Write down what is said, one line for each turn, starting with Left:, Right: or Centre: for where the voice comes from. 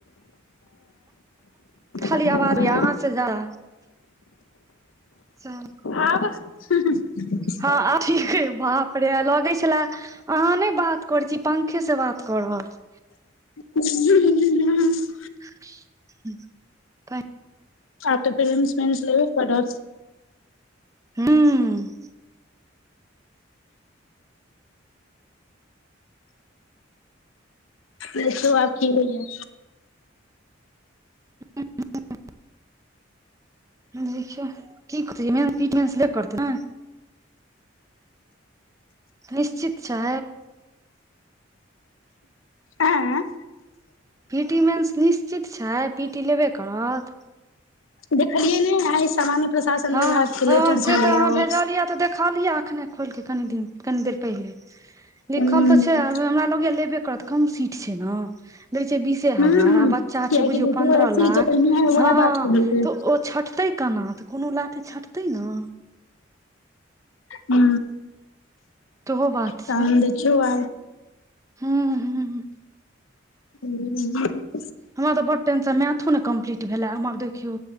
Right: खाली
Left: देखलियै
Right: आवाजे अहाँसँ जादा। <inaudible>
Left: आब। <unintelligible>
Right: हँ आब ठीक ये बाप रे लगै छलै अहाँ नई बात करै छी पंखे सँ बात कऽ रहल छी
Left: <inaudible>
Right: <inaudible> छी।
Left: आब त <unintelligible>
Right: हूँ
Left: देखियौ आब की हौया
Right: <inaudible> देखियौ की करतै मेन <unintelligible> न निश्चित छै।
Left: आँय
Right: पी टी मेन्स निश्चित छै। पी टी लेबे करत।
Left: देखलियै नै आय सामान्य प्रशासन
Right: हँ
Left: विभाग के
Right: हँ
Left: लेटर
Right: हम
Left: छलैये
Right: से तऽ अहाँ भेजलियै,
Left: ओ
Right: तऽ देखलियै अखने खोलि कऽ कनी दिन कनि देर पहिले लिखल
Left: हूं
Right: तँ छै आब हमरा लगैय लेबे करत कम सीट छै नऽ लै छै बीसे
Left: हूं
Right: हजार आ बच्चा
Left: कियाकि
Right: छै बुझियौ
Left: बेटियो
Right: पन्द्रह
Left: एस सी
Right: लाख
Left: के पहिनैये
Right: हँ
Left: वैह
Right: हँ
Left: बात कहलकै
Right: तऽ ओ छटतै केना तऽ कोनो लाथे छटतै नऽ
Left: हू
Right: सेहो बात
Left: तहन
Right: छै
Left: दिखायो आब
Right: हूँ हूँ
Left: हूँ <unintelligible>
Right: हमरा तऽ बड टेनसँ मैथो ने कम्प्लीट भेले हमर देखियौ